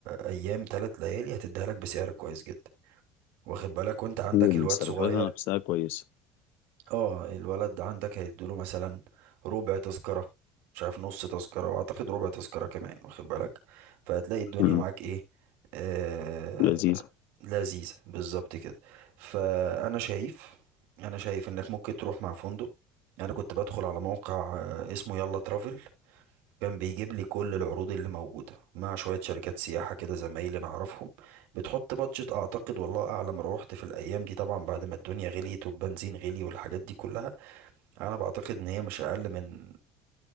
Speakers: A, on the right; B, on the left.
A: ايام ثلاث ليالي هتديها لك بسعر كويس جدا واخد بالك وانت عندك
B: والسرفازه
A: الواد صغير
B: نفسها كويسه
A: اه الولد عندك هيدوله مثلا ربع تذكرة مش عارف نص تذكرة واعتقد ربع تذكرة كمان واخد بالك فهتلاقي الدنيا
B: امم
A: معاك ايه آه
B: لذيذ
A: لذيذة بالظبط كده فانا شايف انا شايف انك ممكن تروح مع فندق انا كنت بدخل على موقع آه، اسمه يلا ترافل كان بيجيب لي كل العروض اللي موجودة مع شوية شركات سياحة كده زمايلي نعرفهم بتحط بادجت أعتقد والله أعلم روحت في الأيام دي طبعا بعد ما الدنيا غليت والبنزين غلي والحاجات دي كلها أنا بعتقد إن هي مش أقل من